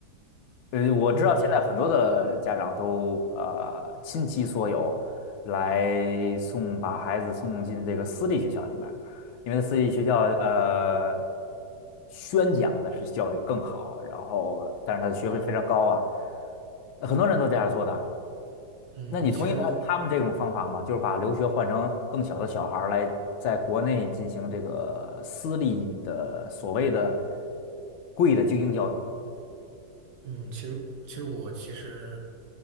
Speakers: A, on the left; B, on the right.
A: 呃，我知道现在很多的家长都呃倾其所有来
B: 嗯
A: 送把孩子送进这个私立学校里面儿因为私立学校呃宣讲的是教育更好，然后但是他的学费非常高啊，
B: 嗯
A: 很多人都这样做的。
B: 嗯，
A: 那你同意他他们这种方法吗？
B: 其实我
A: 就是把留学换成更小的小孩儿来在国内进行这个私立的所谓的贵的精英教育？
B: 嗯，其实其实我其实